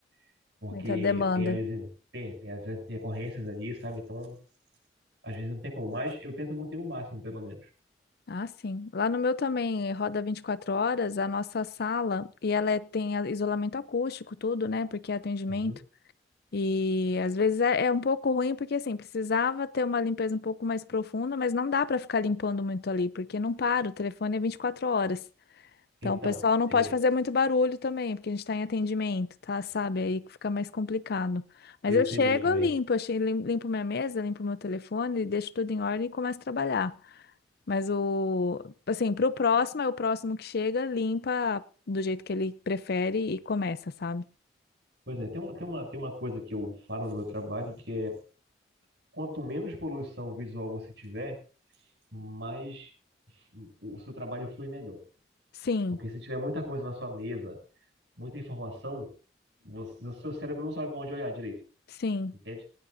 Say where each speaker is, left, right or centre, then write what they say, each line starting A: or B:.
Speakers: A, on the right; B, on the left.
A: <laughs> porque
B: Muita demanda.
A: tem, as, tem, tem as intercorrências ali, sabe? Então, às vezes não tem como, mas eu tento manter o máximo, pelo menos.
B: Ah, sim. Lá no meu também roda 24 horas, a nossa sala, e ela é- tem a- isolamento acústico, tudo, né? Porque é atendimento.
A: Uhum.
B: E às vezes é, é um pouco ruim, porque assim, precisava ter uma limpeza um pouco mais profunda, mas não dá para ficar limpando muito ali, porque não para, o telefone é 24 horas. Então,
A: Então,
B: o pessoal não
A: eu,
B: pode fazer muito barulho também, porque a gente está em atendimento, tá? Sabe? Aí que fica mais complicado.
A: eu
B: Mas eu
A: sei
B: chego,
A: bem como
B: eu
A: é
B: limpo,
A: isso.
B: eu che- lim- limpo minha mesa, limpo meu telefone, deixo tudo em ordem e começo a trabalhar. Mas o, assim, pro próximo, é o próximo que chega, limpa do jeito que ele prefere e começa, sabe?
A: Pois é, tem uma, tem uma, tem uma coisa que eu falo no meu trabalho, que é quanto menos poluição visual você tiver, mais o seu trabalho flui melhor.
B: Sim,
A: Porque se tiver muita coisa na sua mesa, muita informação, você, o seu cérebro não sabe para onde olhar direito,
B: sim.
A: entende?